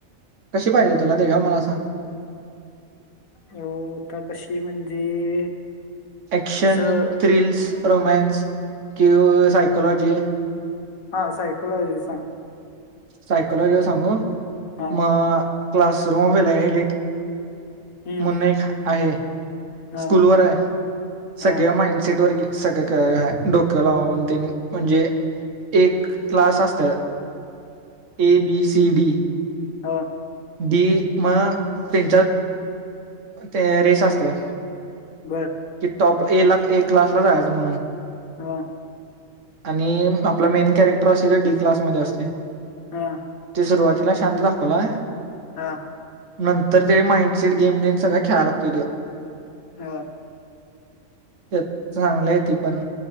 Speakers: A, on the right (about 65°); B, on the left (about 85°).
A: कशी पाहिजे
B: बघ
A: तुला तेगेव मला सांग.
B: येऊ का कशी म्हणजे.
A: क्शन
B: असं
A: थ्रिल्स रोमॅन्स किं सायकॉलॉजी.
B: ''हां'' सायकलॉजीचा.
A: सायकलॉजी सांगू
B: हा
A: मग क्लासरूमेला एिट.
B: हम्म
A: मुनेक आहे.
B: हा
A: स्कूल वर आहे सगळ्या
B: हा
A: माइंडसेट वर घे. सगळं हाय डोकं लावून तीन म्हणजे एक क्लास असत. ए बी सी डी,
B: हो,
A: डी म त्यांच्यात. ते रेस असत्या.
B: बरं.
A: कि, टॉप ला एक क्लासला जायचं म्हणून.
B: होय,
A: आणि आपला मेन कॅरेक्टर असे ते डी क्लासमध्ये असते.
B: हा
A: ते सुरुवातीला शांत दाखवलाय.
B: हा,
A: नंतर ते माइंडसेट गेम देन सगळं खेळा लागत ते.
B: हा
A: त्यात चांगलं आहे ती पण